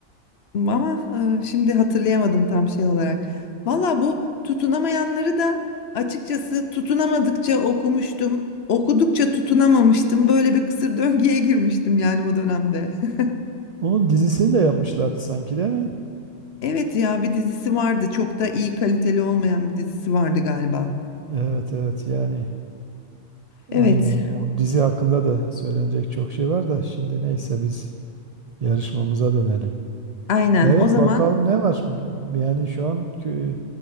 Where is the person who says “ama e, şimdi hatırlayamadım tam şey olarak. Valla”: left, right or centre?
Left